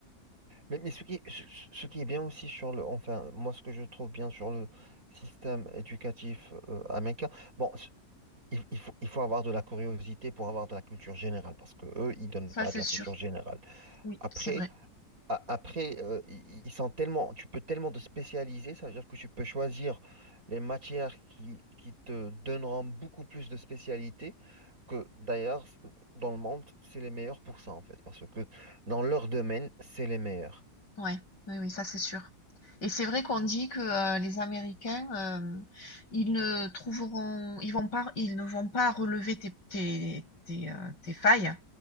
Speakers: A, on the right; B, on the left.
A: Mais, mais ce qui, ce ce qui est bien aussi sur le, enfin, moi, ce que je trouve bien sur le système éducatif euh, américain, bon, c- il, il faut, il faut avoir de la curiosité pour avoir de la culture générale, parce que eux, ils donnent
B: ça
A: pas
B: c'est
A: de la
B: sûr.
A: culture générale.
B: Oui,
A: Après,
B: c'est vrai.
A: a- après, euh, ils ils sont tellement, tu peux tellement te spécialiser, ça veut dire que tu peux choisir les matières qui, qui te donneront beaucoup plus de spécialité, que d'ailleurs, c- dans le monde, c'est les meilleurs pour ça, en fait, parce que dans leur domaine, c'est les meilleurs.
B: Ouais, oui, oui, ça c'est sûr et c'est vrai qu'on dit que, heu, les Américains, hem, ils ne trouveront ils vont pas ils ne vont pas relever tes tes tes, heu, tes failles